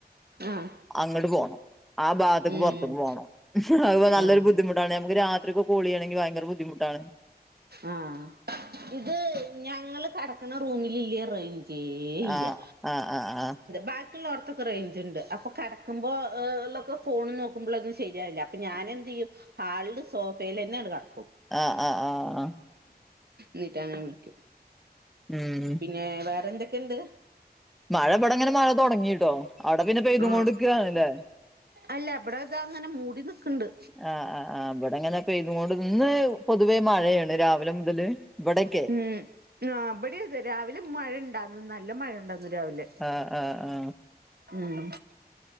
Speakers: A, on the right; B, in the centre.
A: ആഹ് ആഹ്
B: അങ്ങട്ട് പോണം ആ ഭാത്ത്ക്ക്
A: ഉം
B: പൊർത്ത്ക്ക് പോണം അഹ്പ്പൊ നല്ലൊരു
A: ആഹ്
B: ബുദ്ധിമു ട്ടാണ് ഞമ്മക്ക് രാത്രിയൊക്കെ കോളയ്യെണെങ്കി വയങ്കര ബുദ്ധിമുട്ടാണ്
A: ആഹ് ഇത് ഞങ്ങള് കെടകണ റൂമിലില്ല്യ റെയ്ഞ്ച് തീരേയില്ല്യ
B: ആ ആ ആ ആ
A: ബാക്കിള്ളൊട്ത്തൊക്കെ റെയ്ഞ്ച്ണ്ട് അപ്പ കട്ക്കുമ്പോളക്കെ ഫോണ് നോക്കുമ്പളൊന്നും ശെരിയാവില്ല അപ്പ ഞാനെന്തെയ്യും ഹാൾഡ് സോഫേലെന്നങ്ങട്ട് കട്ക്കും
B: ആഹ ആ് ആ ആ
A: നീട്ടങ്ങനെ വിളിക്കും
B: ഉം
A: പിന്നെ വേറെന്തെക്കെണ്ട്?
B: മഴ ഇമ്പടെങ്ങനെ മഴ തൊടങ്ങീട്ടോ അവിടെ പിന്നെ പെയ്തുംകോണ്ട്ക്കാണ്ല്ലേ?
A: ആഹ് അല്ല ഇബടെതാ ഇങ്ങനെ മൂടി നിക്ക്ണ്ട്
B: ആ് ആ ആ് ഇടെങ്ങനെ പെയ്തുങ്ങോണ്ട് ഇന്ന് പൊതുവെ മഴയേണ് രാവിലെ മുതല് ഇവിടൊക്കെ
A: ഉം ങ്ങാ ഇബടിയതെ രാവിലെ മഴണ്ടാര്ന്ന് നല്ല മഴണ്ടാർന്ന് രാവിലെ
B: ആഹ ആഹ ആഹ
A: ഉംഹ്